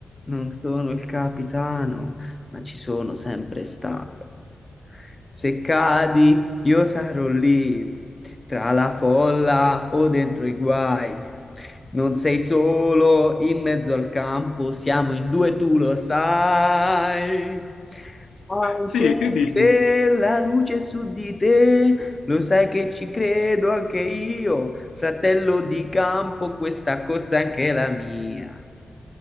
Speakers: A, on the left; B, on the left.
A: Non sono il capitano, ma ci sono sempre stato. Se cadi, io sarò lì, tra la folla o dentro i guai. Non sei solo in mezzo al campo, siamo in due, tu lo sai. Anche
B: Sì, che dici?
A: se la luce è su di te, lo sai che ci credo anche io, fratello di campo, questa corsa è anche la mia.